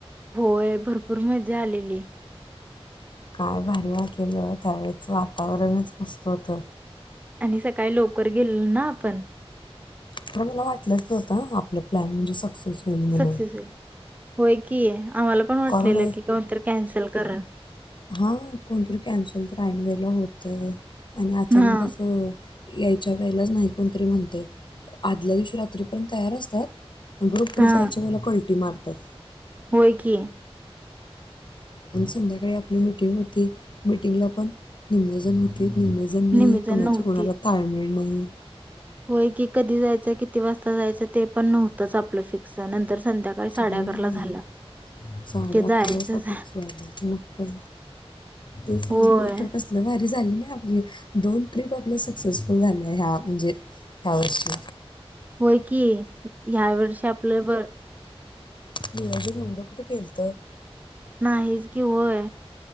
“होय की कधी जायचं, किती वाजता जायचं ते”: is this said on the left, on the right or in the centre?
Right